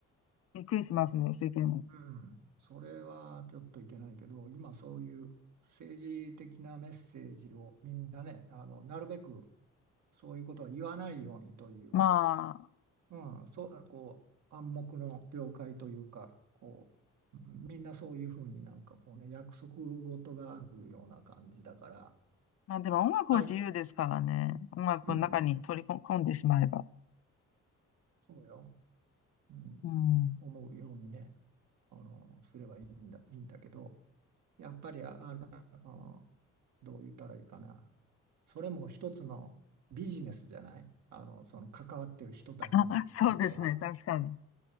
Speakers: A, on the left; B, on the right.
A: びっくりしますね、世間。
B: うん、それはちょっといけないけど、今そういう政治的なメッセージをみんなね、あの、なるべくそういうことは言わないようにという、
A: まあ、
B: うん、そう、こう、暗黙の了解というか、こう、みんなそういうふうになんかこうね、約束事があるような感じだから、
A: まあでも音楽は自由ですからね。
B: はい、
A: 音楽の中に取り込んでしまえば。
B: うん、そうよ、うん、
A: うん。
B: 思うようにね、あの、すればいいんだ、いいんだけど、やっぱりああの、どう言ったらいいかな。それも一つのビジネスじゃない。あの、その関わってる人たちにとっては。
A: あ、そうですね。確かに。